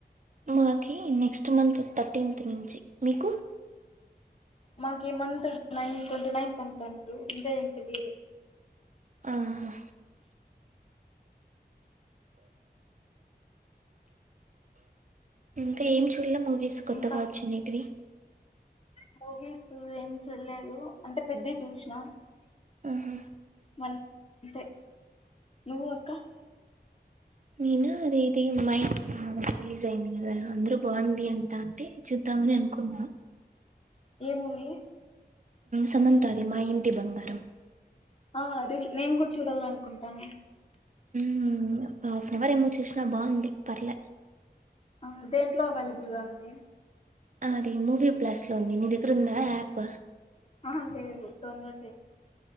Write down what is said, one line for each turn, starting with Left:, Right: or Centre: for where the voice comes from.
Right: మాకి నెక్స్ట్ మంత్ థర్టీన్త్ నుంచి మీకు
Left: మాకు ఈ మంత్ నైన్ ట్వంటీ నైన్త్ అంటున్నారు ఇంకా ఏం తెలియదు
Right: ఆహా ఇంకా ఏం చూడలే మూవీస్ కొత్తగా
Left: ఇంకా
Right: వచ్చినే టివి
Left: మూవీస్ ఏం చూడలేదు అంటే పెద్ది చూసినా
Right: ఆహా
Left: అంతే నువ్వు అక్క
Right: నేనా అదే ఇది మై రిలీజ్ అయింది కదా అందరు బాగుంది అంట అంటే చూద్దామని అనుకున్నా
Left: ఏ మువి
Right: సమంతాది మా ఇంటి బంగారం
Left: ఆ రి నేను కూడా చూడాలనుకుంటాన
Right: మ్ హాఫ్ అన్ అవర్ ఏమో చూసినా బాగుంది పర్లే
Left: అ దేంట్లో అవైలబుల్గా ఉంది
Right: అది మూవీ బ్లాస్ లో ఉంది నీ దగ్గర ఉందా యాప్
Left: ఆ లేేదు డౌన్లోడ్